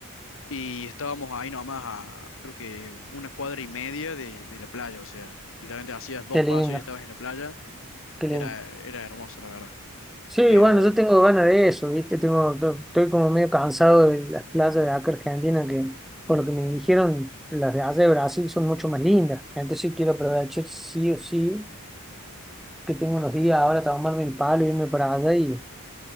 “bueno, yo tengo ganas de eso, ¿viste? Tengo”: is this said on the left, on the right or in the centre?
Centre